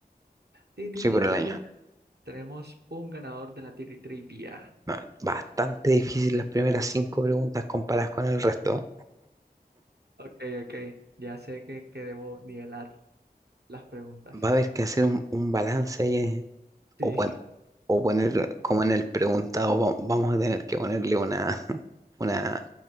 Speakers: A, on the right; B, on the right.
A: Tin, tin,
B: sí,
A: tin,
B: por el
A: tin,
B: año.
A: tin. Tenemos un ganador de la tri- trivia.
B: Ah, Bastante difícil las primeras cinco preguntas comparadas con el resto.
A: Mm. Ok, ok. Ya sé que, que debo nivelar. las preguntas.
B: Va a haber que hacer un, un balance ahí, eh,
A: Sí.
B: o, pon- o poner como en el preguntado, va- vamos a tener que ponerle una, <laughs> una